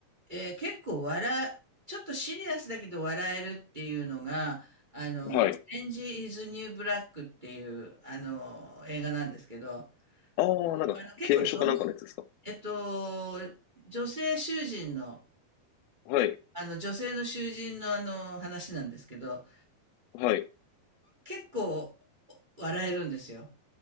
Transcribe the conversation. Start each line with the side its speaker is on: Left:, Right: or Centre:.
Right: えー結構笑う、ちょっとシリアスだけど笑えるっていうのが、あの、
Left: はい。
Right: オレンジ・イズ・ニュー・ブラックっていう、あの、映画なんですけど、
Left: ああ、なんか刑務所かなんかのやつですか。
Right: あの、結構女えっと、女性囚人の、
Left: はい。
Right: あの、女性の囚人のあの、話なんですけど、
Left: はい。
Right: 結構笑えるんですよ。